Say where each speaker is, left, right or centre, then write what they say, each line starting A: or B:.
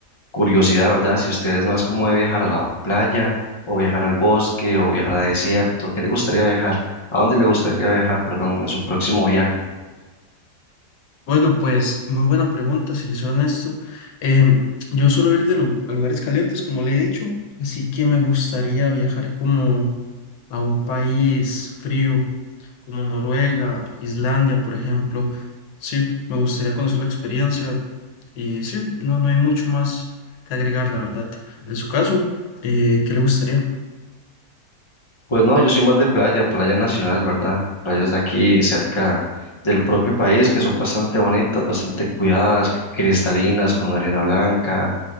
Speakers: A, on the left (about 35°); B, on the left (about 75°).
A: curiosidad, ¿verdad? Si usted es más como de viajar a la playa o viajar al bosque o viajar a desierto, ¿qué le gustaría viajar? ¿A dónde le gustaría viajar, perdón, en su próximo viaje?
B: Bueno, pues muy buena pregunta, si le soy honesto. Em, yo suelo ir de lu- a lugares calientes, como le he dicho, así que me gustaría viajar como a un país frío, como Noruega, Islandia, por ejemplo. Sí, me gustaría conocer la experiencia, Y sí, no, no hay mucho más que agregar, la verdad. En su caso, eh, ¿qué le gustaría?
A: Pues no, yo soy más de playa, playa nacional, ¿verdad? Playas de aquí, cerca del propio país, que son bastante bonitas, bastante cuidadas, cristalinas, con arena blanca,